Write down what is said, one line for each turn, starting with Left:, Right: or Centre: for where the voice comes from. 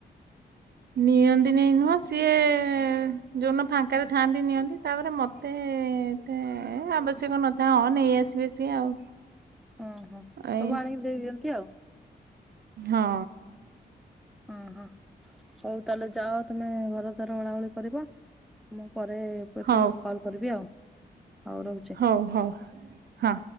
Right: ନିଅନ୍ତିନି ନୁହଁ ସିଏ ଯୋଉ ଦିନ ଫାଙ୍କାରେ ଥାଆନ୍ତି ନିଅନ୍ତି ତାପରେ ମତେ ଏ ଆବଶ୍ୟକ ନଥାଏ ହଁ ନେଇ ଆସିବେ ସିଏ ଆଉ।
Centre: ଉଁ ହୁଁ
Right: ଏଇ
Centre: ସବୁ ଆଣିକି ଦେଇ ଦିଅନ୍ତି ଆଉ।
Right: ହଁ।
Centre: ଅଁ ହଁ ହଉ ତାହେଲେ ଯାଅ ତମେ ଘରଦ୍ୱାର ଓଳାଓଳି କରିବ। ମୁଁ ପରେ କେତେବେଳୁକୁ
Right: ହଉ
Centre: କଲ୍ କରିବି ଆଉ ହଉ ରହୁଛି।
Right: ହଉ ହଉ। ହଁ।